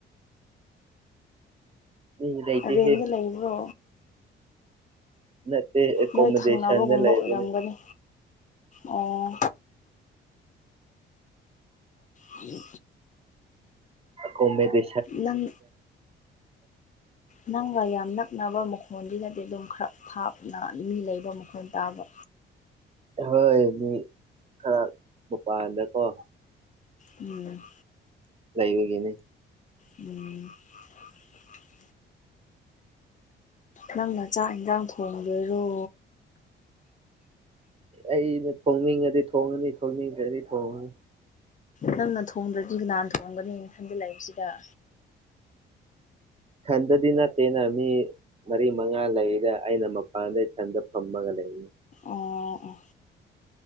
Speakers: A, on the right; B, on the left.
A: ꯃꯤ ꯂꯩꯇꯦꯍꯦ
B: ꯔꯦꯟꯗ ꯂꯩꯕ꯭ꯔꯣ
A: ꯅꯠꯇꯦ ꯑꯦꯀꯣꯃꯣꯗꯦꯁꯟꯗ
B: ꯅꯣꯏ ꯊꯪꯅꯕꯒꯨꯝꯕ
A: ꯂꯩꯕꯅꯤ
B: ꯑꯣꯏꯔꯝꯒꯅꯤ ꯑꯣ ꯑꯣ
A: ꯀꯃꯦꯗ
B: ꯅꯪ
A: ꯑꯣ
B: ꯅꯪꯒ ꯌꯥꯝ ꯅꯛꯅꯕ ꯃꯈꯣꯟꯗꯨꯅꯗꯤ ꯑꯗꯨꯝ ꯈꯔ ꯊꯥꯞꯅ ꯃꯤ ꯂꯩꯕ ꯃꯈꯣꯟ ꯇꯥꯕ
A: ꯑꯍꯣꯏ ꯃꯤ ꯈꯔ ꯃꯄꯥꯟꯗꯀꯣ
B: ꯎꯝ
A: ꯂꯩꯕꯒꯦꯅꯦ
B: ꯎꯝ ꯑ ꯅꯪꯅ ꯆꯥꯛ ꯏꯟꯁꯥꯡ ꯊꯣꯡꯕꯣꯏꯔꯣ
A: ꯑꯩꯅ ꯊꯣꯡꯅꯤꯡꯉꯗꯤ ꯊꯣꯡꯉꯅꯤ ꯊꯣꯡꯅꯤꯡꯉꯗꯤ ꯊꯣꯡꯉꯅꯤ
B: ꯅꯪꯅ ꯊꯣꯡꯗ꯭ꯔꯗꯤ ꯅꯍꯥꯟ ꯊꯣꯡꯒꯅꯦꯅ ꯈꯟꯖꯤꯜꯂꯛꯏꯕꯁꯤꯗ
A: ꯈꯟꯗꯗꯤꯅꯇꯩꯅ ꯃꯤ ꯃꯔꯤ ꯃꯉꯥ ꯂꯩꯔꯒ ꯑꯩꯅ ꯃꯄꯥꯟꯗꯩ ꯁꯟꯗ ꯐꯝꯃꯒ ꯂꯩꯅꯤ
B: ꯑꯣ ꯑꯣ